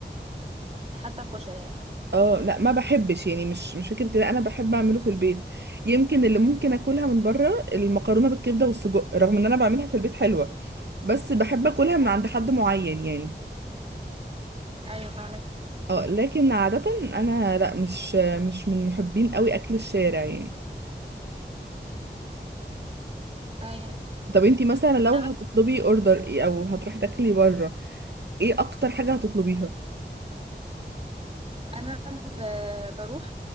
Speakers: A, on the right (about 35°); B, on the right (about 65°).
A: حتى الكشري يعني
B: اه لا ما بحبش يعني مش مش فكرة كده انا بحب اعمله في البيت يمكن اللي ممكن اكلها من بره المكرونة بالكبدة والسجق رغم ان انا بعملها في البيت حلوة بس بحب اكلها من عند
A: أيوة
B: حد معين يعني
A: أيوة فاهمك
B: اه لكن عادة انا لا مش مش من محبين قوي اكل الشارع يعني
A: أيوه
B: طب انتي مثلا لو
A: أنا
B: هتطلبي اوردر ايه او هتروحي تاكلي بره ايه اكتر حاجة هتطلبيها
A: انا ب- بروح